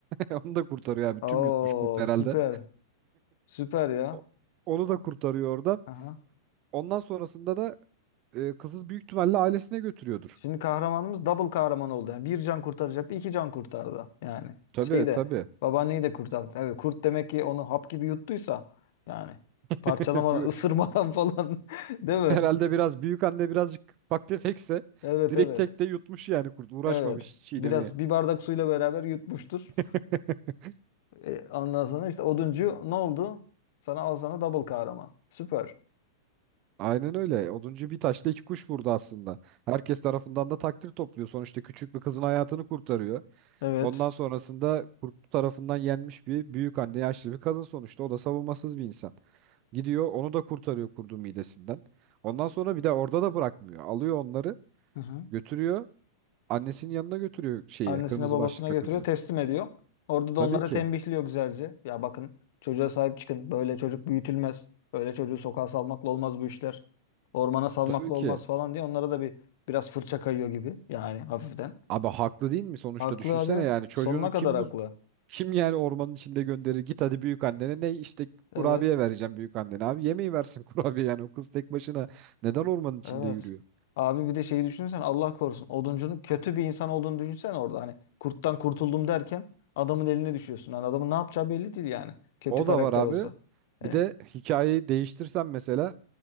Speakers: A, on the right; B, on the left.
A: da <laughs> onu da kurtarıyor abi.
B: Oo,
A: Tüm yutmuş kurt herhalde.
B: süper. Süper ya.
A: O- Onu
B: O-
A: da kurtarıyor oradan.
B: Aha.
A: Ondan sonrasında da e, kızı büyük ihtimalle ailesine götürüyordur.
B: Şimdi kahramanımız double kahraman oldu. Yani bir can kurtaracaktı, iki can kurtardı. Yani
A: Tabii
B: şeyi de
A: tabii.
B: babaanneyi de kurtardı. Evet, kurt demek ki onu hap gibi yuttuysa yani parçalamadan,
A: <laughs> Bu-
B: <laughs> ısırmadan falan <laughs> değil mi?
A: Herhalde biraz büyük anne birazcık ufak tefekse
B: Evet,
A: direkt
B: evet.
A: tekte yutmuş yani kurt uğraşmamış
B: Evet.
A: hiç çiğnemeye.
B: Biraz bir bardak suyla beraber yutmuştur.
A: <laughs>
B: E, ondan sonra işte oduncu ne oldu? Sana al sana double kahraman. Süper.
A: Aynen öyle. Oduncu bir taşla iki kuş vurdu aslında. Herkes tarafından da takdir topluyor. Sonuçta küçük bir kızın hayatını kurtarıyor.
B: Evet.
A: Ondan sonrasında kurt tarafından yenmiş bir büyük anne yaşlı bir kadın sonuçta. O da savunmasız bir insan. Gidiyor onu da kurtarıyor kurdun midesinden. Ondan sonra bir de orada da bırakmıyor. Alıyor onları
B: Hı hı.
A: götürüyor Annesinin yanına götürüyor şeyi,
B: Annesine
A: kırmızı
B: babasına
A: başlıklı
B: götürüyor,
A: kızı.
B: teslim ediyor. Orada
A: Tabii
B: da onlara
A: ki.
B: tembihliyor güzelce. Ya bakın çocuğa sahip çıkın. Böyle çocuk büyütülmez. Böyle çocuğu sokağa salmakla olmaz bu işler. Ormana salmakla
A: Tabii ki.
B: olmaz falan diye onlara da bir biraz fırça kayıyor gibi. Yani hafiften.
A: Abi haklı değil mi sonuçta
B: Haklı
A: düşünsene
B: abi.
A: yani çocuğunu
B: Sonuna kadar
A: kim
B: haklı.
A: bu kim yani ormanın içinde gönderir git hadi büyük annene ne işte
B: Evet.
A: kurabiye vereceğim büyük annene abi yemeği versin <laughs> kurabiye yani o kız tek başına neden ormanın içinde
B: Evet.
A: yürüyor?
B: Abi bir de şeyi düşünsen Allah korusun. Oduncunun kötü bir insan olduğunu düşünsen orada hani kurttan kurtuldum derken adamın eline düşüyorsun. Hani adamın ne yapacağı belli değil yani. Kötü
A: O
B: karakter
A: da var abi.
B: olsa.
A: Bir
B: Yani,
A: de hikayeyi değiştirsem mesela